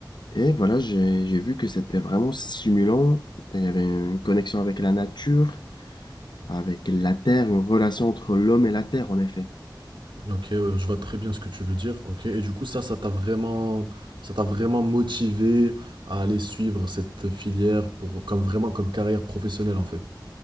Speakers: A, on the left; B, on the right.
A: Et voilà, j'ai, j'ai vu que c'était vraiment stimulant. Il y avait une connexion avec la nature, avec la terre, une relation entre l'homme et la terre, en effet.
B: Ok, euh, je vois très bien ce que tu veux dire. Ok. Et du coup, ça, ça t'a vraiment, ça t'a vraiment motivé à aller suivre cette filière pour, comme vraiment comme carrière professionnelle en fait.